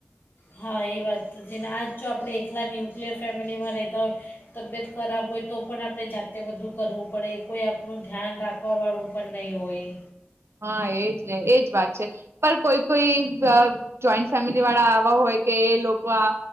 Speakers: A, on the left; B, on the right.
A: હા એ વાત તો છે ને આજ જો આપણે એકલા ન્યુક્લિયર ફેમિલીમાં રહેતા હોય તબિયત ખરાબ હોય તો પણ આપણે જાતે બધું કરવું પડે કોઈ આપણું ધ્યાન રાખવાવાળું પણ નહીં હોય.
B: હા એજ ને એજ વાત છે પણ કોઈ કોઈ જોઈન્ટ ફેમિલી વાળા આવા હોય કે એ લોકો આ